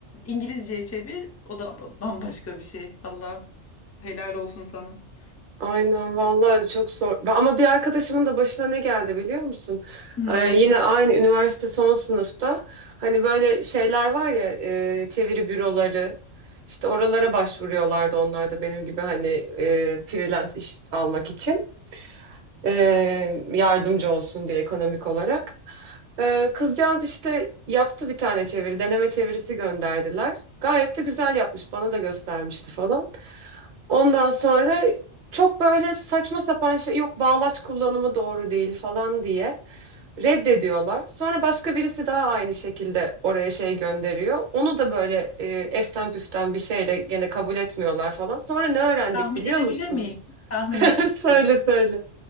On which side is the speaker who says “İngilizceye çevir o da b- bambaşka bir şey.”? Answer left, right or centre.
Left